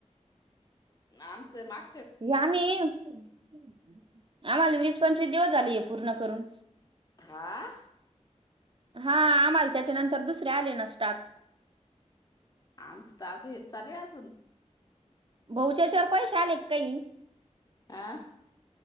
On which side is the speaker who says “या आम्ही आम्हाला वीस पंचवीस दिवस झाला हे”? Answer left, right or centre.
Right